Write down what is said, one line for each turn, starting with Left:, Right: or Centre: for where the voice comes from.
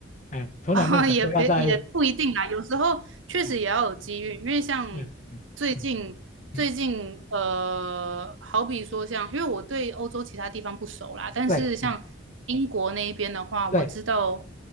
Left: 哎、
Right: <laughs>
Left: 从来没有想说要在，
Right: 啊，也别也不一定啦，有时候确实也要有机遇，
Left: 嗯
Right: 因为像
Left: 对嗯嗯
Right: 最近最近呃，
Left: 嗯
Right: 好比说像，因为我对欧洲其他地方不熟啦，但是像英国那一边的话，
Left: 对，哎，对，
Right: 我知道